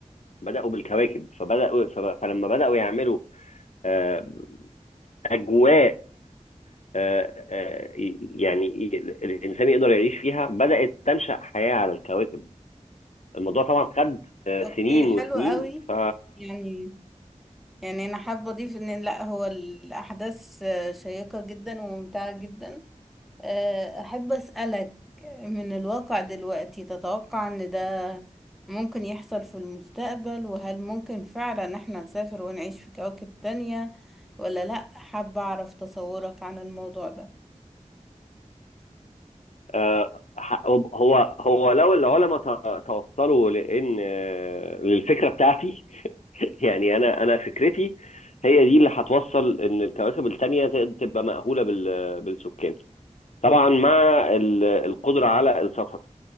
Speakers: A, on the left; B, in the centre.
A: بدأوا بالكواكب فبدأوا فب- فلما بدأوا يعملوا آه، اجواء آه، آه، يعني ي- الانسان يقدر يعيش فيها بدات تنشا حياه على الكواكب الموضوع طبعا خد آه،
B: اوكي
A: سنين
B: حلو
A: وسنين
B: قوي
A: ف
B: يعني يعني انا حابه اضيف ان لا هو الاحداث آه، شيقه جدا وممتعه جدا آه، احب اسالك من الواقع دلوقتي تتوقع ان ده ممكن يحصل في المستقبل وهل ممكن فعلا احنا نسافر ونعيش في كواكب تانية ولا لا حابه اعرف تصورك عن الموضوع ده
A: آه، ح- هو هو لو العلماء ت- توصلوا لان آه، للفكره بتاعتي <laughs> يعني انا انا فكرتي هي دي اللي هتوصل ان الكواكب التانيه ت- تبقى مأهوله بال- بالسكان طبعا مع ال- القدره على السفر